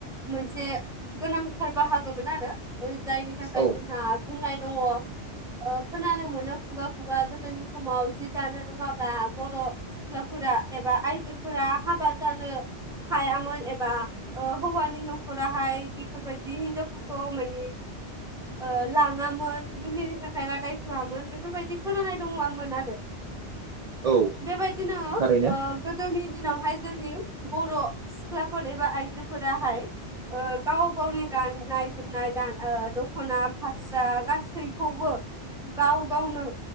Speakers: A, in the centre; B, on the right.
A: मोनसे गोनांथार बाहागोमोन आरो। जायनि थाखाय
B: औ
A: जोंहा बुंनाय दङ ओ खोनानो मोनो खुगा खुगा गोदोनि समाव जि दानो रोङाब्ला बर' सिख्लाफोरा एबा आइजोफोरा हाबा जानो हायामोन एबा। ओ हौवानि न'खराहाय बेफोरबायदि हिनजावफोरखौ मानि ओ लाङामोन जुलिनि थाखाय रादाय होआमोन बेफोर बायदि खोनानाय दंङमोन आरो।
B: औ
A: बेबायदिनो
B: थारैनो
A: ओ गोदोनि दिनावहाय जोंनि बर' सिख्लाफोर एबा आयजोफोराहाय। ओ गाव गावनि गाननाय जोमनाय दा ओ दखना फास्रा गासैखौबो। गाव गावनो